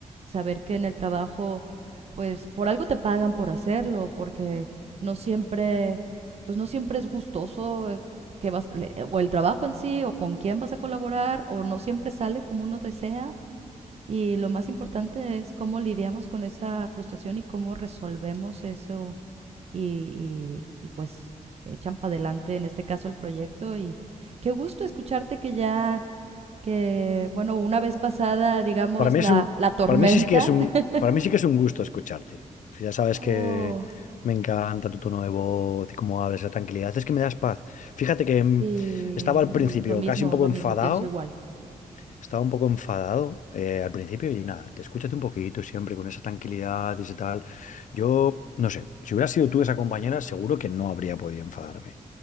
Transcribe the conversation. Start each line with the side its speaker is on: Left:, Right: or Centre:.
Right: saber que en el trabajo, pues por algo te pagan por hacerlo, porque no siempre, pues no siempre es gustoso eh, que vas, le- o el trabajo en sí, o con quién vas a colaborar, o no siempre sale como uno desea. Y lo más importante es cómo lidiamos con esa frustración y cómo resolvemos eso y, y- y, pues echan para adelante, en este caso, el proyecto. Y qué gusto escucharte que ya, que bueno, una vez pasada, digamos,
Left: Para mí
Right: la,
Left: es un,
Right: la tormenta.
Left: para mí sí que es un,
Right: <laughs>
Left: para mí sí que es un gusto escucharte. Ya sabes
Right: Oh,
Left: que me encanta tu tono de voz y cómo hablas, esa tranquilidad. Es que me das paz. Fíjate que mm,
Right: sí,
Left: estaba al
Right: y
Left: principio
Right: lo mismo,
Left: casi un poco
Right: lo
Left: enfadado,
Right: mismo, pienso igual.
Left: estaba un poco enfadado eh, al principio y nada, te escúchate un poquito siempre con esa tranquilidad y ese tal. Yo, no sé, si hubiera sido tú esa compañera, seguro que no habría podido enfadarme.